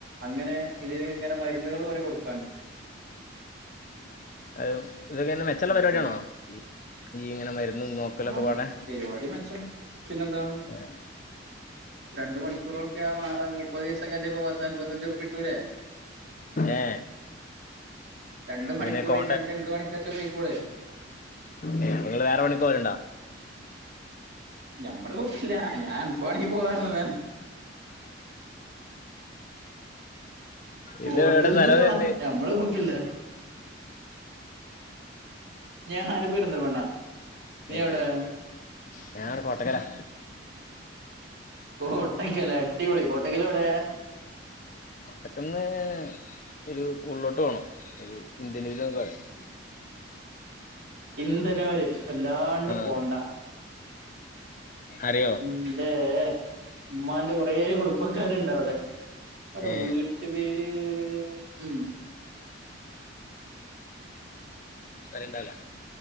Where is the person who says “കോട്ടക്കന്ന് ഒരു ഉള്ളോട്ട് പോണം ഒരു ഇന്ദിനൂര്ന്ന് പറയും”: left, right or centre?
Left